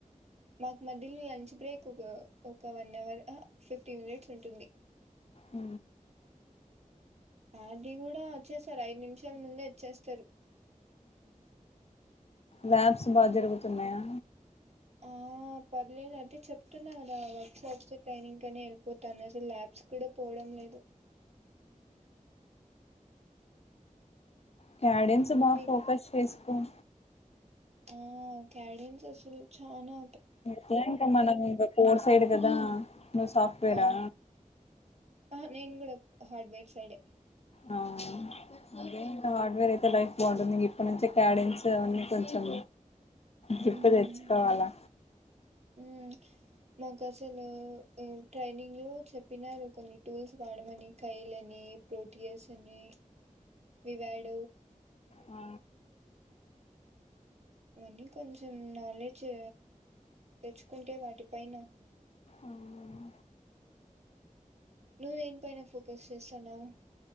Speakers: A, on the right; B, on the left.
A: మాకు మధ్యలో లంచ్ బ్రేక్ ఒక ఒక వన్ అవర్ ఫిఫ్టీ మినిట్స్ ఉంటుంది
B: అ
A: అది కూడా వచ్చేస్తారు ఐదు నిమిషాల ముందే వచ్చేస్తారు
B: ల్యాబ్స్ బాగా జరుగుతున్నాయా
A: ఆ పర్లేదు అంటే చెప్తున్నారా వర్సాప్ ట్రైనింగ్ కనే వెళ్ళిపోతాను అసలు ల్యాబ్స్ కూడా పోవడం లేదు
B: క్యాడన్స్ బాగా
A: మీకు
B: ఫోకస్ చేసి కోం
A: ఆ కడిన్స్ అసలు చానా
B: ఎత్తినంక మనము ఇంగ కోర్ సైడ్ కదా నువ్వు సాఫ్ట్వేరా
A: ఆ ఆహా నేను కూడా హార్డ్వేడ్ సైడే
B: ఆ అదే వా వేరైతే లైఫ్ బాగుంటుంది అప్పటి నుంచి క్యాడిన్స్ అవన్నీ కొంచెం గప్పు
A: హ్మ్
B: తెచ్చుకోవాలా
A: హ్మ్ మాకు అసలు ట్రైనింగ్ లో చెప్పినారు కొన్ని టూల్స్ వాడమని కైలని ప్రోటీయస్ అని వివ్యాడ
B: ఆ
A: అనీ కొంచెం నాలెడ్జ్ చ్చ తెచ్చుకుంటే వాటిపైనా
B: అవునా
A: నువ్వేని పైన ఫోకస్ చేస్తాన్నావు